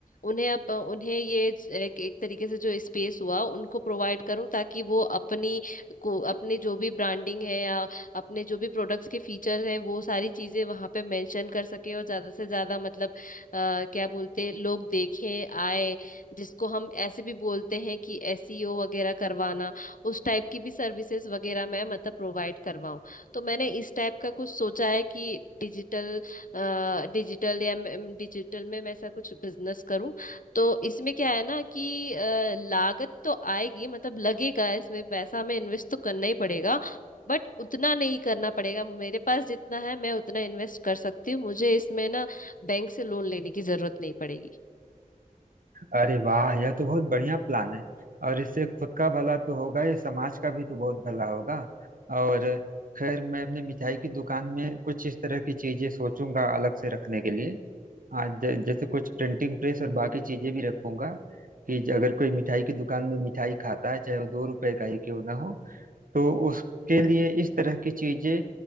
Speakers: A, on the left; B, on the right.
A: उन्हें अप, उन्हें ये ज- एक, एक तरीके से जो स्पेस हुआ उनको प्रोवाइड करूं ताकि वो अपनी को अपने जो भी ब्रांडिंग है या अपने जो भी प्रोडक्ट्स के फीचर हैं वो सारी चीजें वहां पे मेंशन कर सके और ज्यादा से ज्यादा मतलब आ, क्या बोलते हैं, लोग देखें आए जिसको हम ऐसे भी बोलते हैं कि एसईओ वगैरह करवाना उस टाइप की भी सर्विसेज वगैरह मैं मतलब प्रोवाइड करवाऊं तो मैंने इस टाइप का कुछ सोचा है कि डिजिटल डिजिटल या डिजिटल में मैं ऐसा कुछ बिजनेस करूं तो इसमें क्या है ना कि अ, लागत तो आएगी मतलब लगेगा इसमें पैसा हमें इन्वेस्ट तो करना ही पड़ेगा बट उतना नहीं करना पड़ेगा मेरे पास जितना है मैं उतना इन्वेस्ट कर सकती हूँ मुझे इसमें ना बैंक से लोन लेने की जरूरत नहीं पड़ेगी
B: अरे वाह यह तो बहुत बढ़िया प्लान है और इससे खुद का भला तो होगा ही समाज का भी तो बहुत भला होगा और खैर मैं अपने मिठाई की दुकान में कुछ इस तरह की चीजें सोचूंगा अलग से रखने के लिए आज ज- जैसे कुछ प्रिंटिंग प्रेस और बाकी चीजें भी रखूंगा कि ज- अगर कोई मिठाई की दुकान में मिठाई खाता है चाहे वो दो रुपए का ही क्यों ना हो तो उसके लिए इस तरह की चीजें